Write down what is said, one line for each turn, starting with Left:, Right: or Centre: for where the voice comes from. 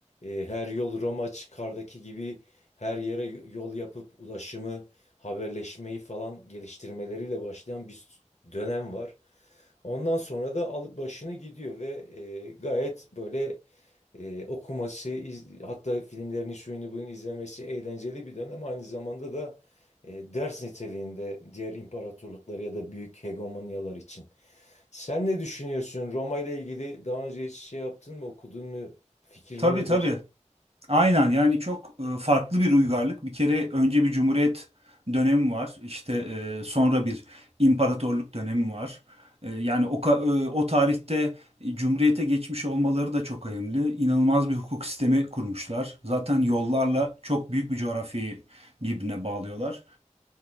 Left: e, her yol Roma çıkardaki gibi her yere yol yapıp ulaşımı, haberleşmeyi falan geliştirmeleriyle başlayan bir dönem var. Ondan sonra da alıp başını gidiyor ve e, gayet böyle e, okuması, iz- hatta filmlerini şuyunu bunu izlemesi eğlenceli bir dönem. Aynı zamanda da e, ders niteliğinde diğer imparatorlukları ya da büyük hegemonyalar için. Sen ne düşünüyorsun? Roma ile ilgili daha önce hiç şey yaptın mı, okudun mu? Fikrin
Right: Tabii
Left: nedir?
Right: tabii. Aynen yani çok e, farklı bir uygarlık. Bir kere önce bir cumhuriyet dönemi var. İşte e, sonra bir imparatorluk dönemi var. E, yani o, ka- e, o tarihte cumhuriyete geçmiş olmaları da çok önemli. İnanılmaz bir hukuk sistemi kurmuşlar. Zaten yollarla çok büyük bir coğrafyayı birbirine bağlıyorlar